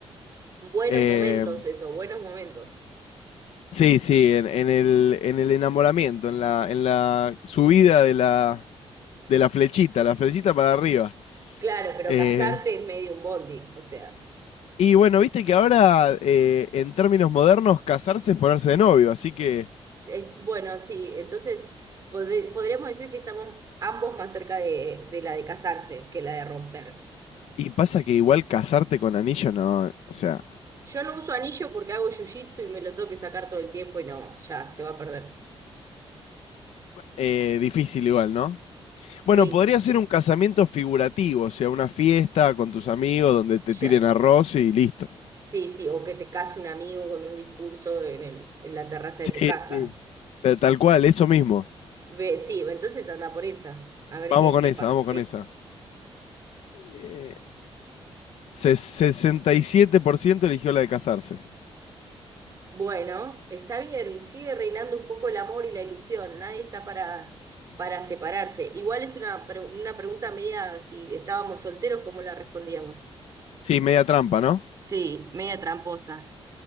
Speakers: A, on the right (about 35°); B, on the left (about 85°).
A: Buenos
B: Eh,
A: momentos, eso, buenos momentos.
B: sí, sí, en, en el, en el enamoramiento, en la, en la subida de la, de la flechita, la flechita para arriba.
A: Claro, pero
B: Eh,
A: casarte es medio un bondi, o sea.
B: y bueno, viste que ahora, eh, en términos modernos, casarse es ponerse de novio, así que
A: Es- bueno, sí, entonces pode- podríamos decir que estamos ambos más cerca de, de la de casarse que la de romper.
B: Y pasa que igual casarte con anillo, no, o sea,
A: Yo no uso anillo porque hago jiu-jitsu y me lo tengo que sacar todo el tiempo y no, ya se va a perder.
B: eh, difícil igual, ¿no?
A: Sí,
B: Bueno, podría ser un casamiento figurativo, o sea, una fiesta con tus amigos donde te
A: ya,
B: tiren arroz y listo.
A: sí, sí, o que te case un amigo con un discurso en el, en la terraza
B: Sí,
A: de tu casa.
B: Sí. ta- tal cual, eso mismo.
A: Ve, sí, entonces anda por esa, a ver
B: Vamos
A: qué,
B: con
A: qué
B: esa,
A: pasa.
B: vamos con esa. Eh, se- 67% eligió la de casarse.
A: Bueno, está bien, sigue reinando un poco el amor y la ilusión, nadie está para, para separarse. Igual es una, pre- una pregunta media, si estábamos solteros, ¿cómo la respondíamos?
B: Sí, media trampa, ¿no?
A: Sí, media tramposa.